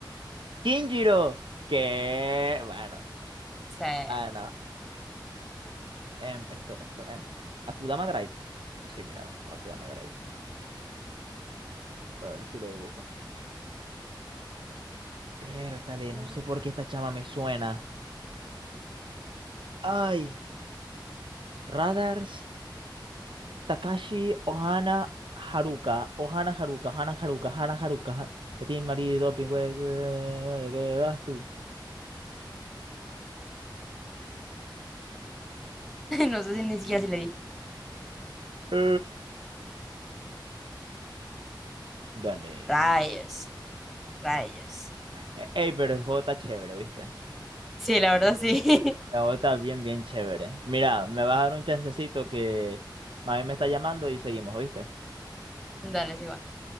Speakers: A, on the right; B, in the centre.
A: Kinjiro. ¿Qué? Bueno,
B: sé.
A: bueno. em, esto, esto, em, Akudama Drive. Sí, mira, Akudama Drive. Para el estilo de dibujo. Pértale,
B: <laughs>
A: no sé por qué esta chama me suena. Ay, Radars, Takashi, Ohana, Haruka. Ohana, Haruka, Ohana, Haruka, Ohana, Haruka. Ha- De ti, marido, pingüe, eh, ¿qué das tú?
B: No sé si ni siquiera si le di.
A: Eh, Gané.
B: Rayos, rayos.
A: Eh, Ey, pero el juego está chévere, ¿viste?
B: Sí, la verdad sí.
A: El juego está bien, bien chévere. Mira, me vas a dar un chancecito que... Mami me está llamando y seguimos, viste
B: <laughs> Dale, sí va.